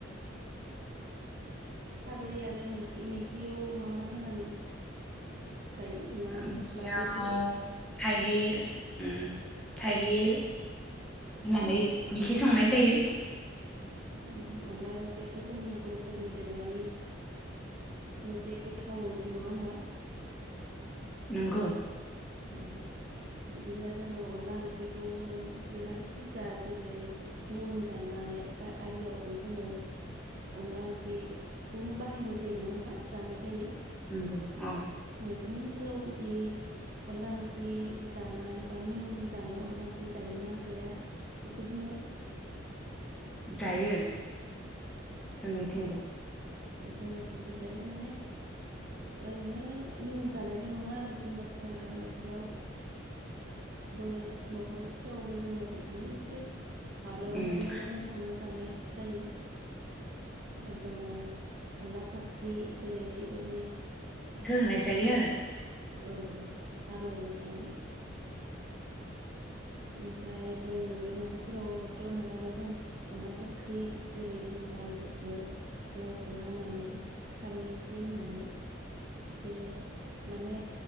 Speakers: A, on the right; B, in the centre.
A: खारै आरो मैखि मैखियाव मा मा होनानै जायो ना
B: मैखियाव
A: बा बेदर
B: थाइगिर ओम थाइगिर होनानै मिखि संनाय जायो
A: उम अनला ओंख्रियाथ' जोंनि बर'फोरनि दोरोङारि मोनसे गोथाव ओंख्रि नङा होमबा
B: नोंगौ
A: उम बिदिनो जोङो अनला ओंख्रिखौ जों दोरोङारि फुजा जेरै निवन जानाय बा आरियावबो जोङो अनला ओंख्रिखौनो बाहायनाय जायो नङा होमबा जानाय जायो
B: नंगौ अ
A: नोंसोरनि ओनसोलाव बिदि अनला ओंख्रि जानाय बा निउन जानायाव अनला ओंख्रि जायोना जाया एसे बुंलाय
B: जायो जोंनिथिंबो
A: जोंनिथिंबो जायो माने ओरैनो निउन जानायल' नङा आरो जेनेबा जोङो न'खराव-बो न'खरफ्रावबो जोङो इदिनो एसे माब्लाबा
B: उम
A: माब्लाबा जों संना जानाय जायो जोङो अनला फाख ख्रि जेरै लाइ
B: इखो होनाय जायो
A: औ
B: आरो
A: औ औ हाबायावबो जायो ओमफ्राय जोंनि बे न'खरफोराव होबाथ' मालाबा जों अनला फाख्रि जेरै जों लाइफोरखौ लाइखौ हानानै खारै एसे होनानै एसे माने